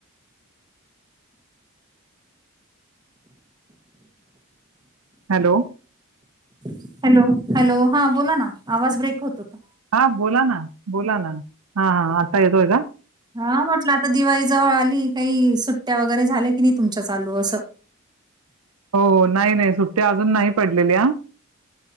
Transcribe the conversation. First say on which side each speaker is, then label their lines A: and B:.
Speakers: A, on the right; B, on the right.
A: हॅलो.
B: हॅलो, हॅलो, हा बोला ना. आवाज ब्रेक होत होता
A: हा बोला ना, बोला ना, हा, हा आता येतोय का?
B: हा म्हटलं आता दिवाळी जवळ आली, काही, सुट्ट्या वगैरे झाल्या की नाही तुमच्या चालू असंऽ <unintelligible>
A: हो ओ नाही, नाही सुट्ट्या अजून नाही पडलेल्या.